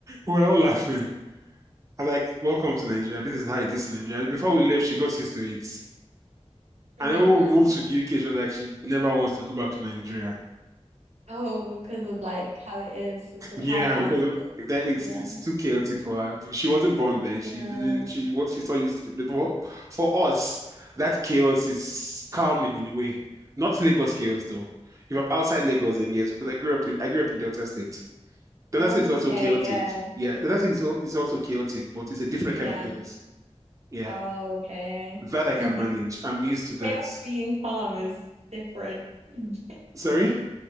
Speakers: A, on the right (about 30°); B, on the right (about 75°).
A: We're all laughing.
B: <laughs>
A: I'm like, welcome to Nigeria. This is how it is in Nigeria. Before we left, she got used to it.
B: Yeah.
A: And then when we moved to the UK, she was like, she never wants to go back to Nigeria. <laughs>
B: Oh, because of like how it is with the
A: Yeah,
B: power outages.
A: because that it's
B: Yeah.
A: it's too chaotic for her. She wasn't born there.
B: Yeah.
A: She didn't. She what she's not used to. it. But for, for us, that chaos is calming in a way. Not Lagos chaos though. If I'm outside Lagos, then yes, because I grew up in I grew up in Delta State. Delta
B: Oh,
A: State is also
B: okay.
A: chaotic.
B: Yeah.
A: Yeah, Delta State is al- is also chaotic, but it's a different
B: Yeah.
A: kind of chaos. Yeah.
B: Oh, okay.
A: That I
B: <laughs>
A: can manage. I'm used to that.
B: Chaos being calm is different. <laughs>
A: Sorry?